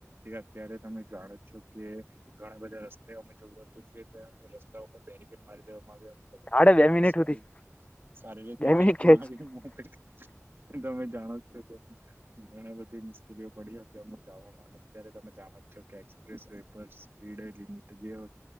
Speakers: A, on the right; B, on the left.
A: એ અત્યારે તમે જાણો છો. કે ઘણા બધા રસ્તાઓ અમે જોયુ હતુ રસ્તા ઉપર બેરીકેેડ મારી દેવામા આવ્યા
B: સાડે બે
A: <unintelligible> કામ
B: મિનિટ
A: સારી
B: હુધી
A: સારી રીતે
B: બે મિનિટ ખેંચ
A: <unintelligible>
B: <inaudible>
A: તમે જાણો છો કે ઘણી બધી મુશ્કેલીઓ પડી હતી અમને જવામા અત્યારે તમે જાણો છો જોકે એક્સપ્રેસ વે પર સ્પીડ લિમિટ જે હોય